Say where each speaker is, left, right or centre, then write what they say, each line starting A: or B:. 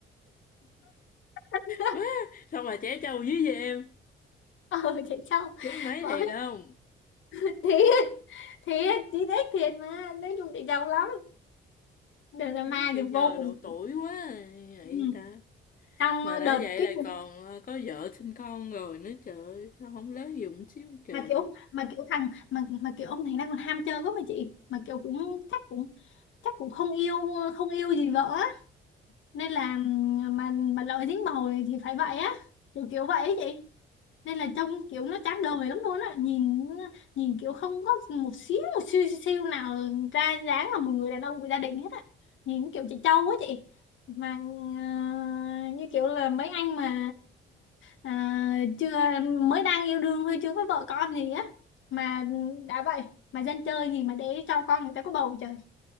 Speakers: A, on the left; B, on the left.
A: <laughs>
B: quá xong mà trẻ trâu dưới vậy em
A: ờ chị Châu
B: chín mấy
A: bỏ
B: thiệt không
A: thiệt thiệt chị thích thiệt mà nói chung chị Châu lắm đợt là ma
B: Má nghi
A: thì vô
B: ngờ
A: cùng
B: độ tuổi quá à, vậy
A: ừ.
B: ta
A: xong
B: mà đã
A: đợt
B: vậy
A: cái
B: là
A: cùng
B: còn ờ, có vợ sinh con rồi nữa trời ơi sao không lớn giùm xíu trời
A: mà kiểu mà kiểu thằng mà mà kiểu ông này đang còn ham chơi quá mà chị mà kiểu cũng chắc cũng chắc cũng không yêu không yêu gì vợ á nên là mà mà lỡ dính bầu thì phải vậy á kiểu kiểu vậy ấy chị nên là trông kiểu nó chán đời lắm luôn á nhìn nhìn kiểu không có một xíu một xíu xíu nào ra dáng là một người đàn ông của gia đình hết á nhìn kiểu chị Châu quá chị mà à, như kiểu là mấy anh mà à, chưa mới đang yêu đương thôi chưa có vợ con gì á mà đã vậy mà dân chơi gì mà để cho con người ta có bầu trời